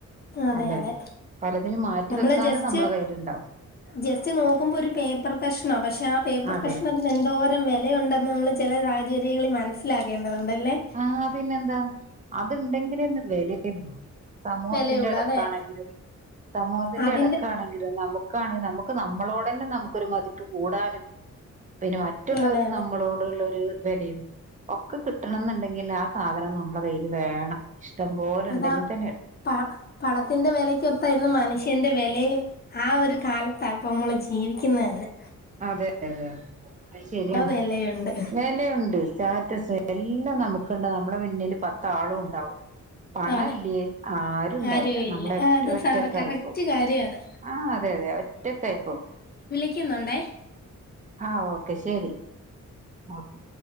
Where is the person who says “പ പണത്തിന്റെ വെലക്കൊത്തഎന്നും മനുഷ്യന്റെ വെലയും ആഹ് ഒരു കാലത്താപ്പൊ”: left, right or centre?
Left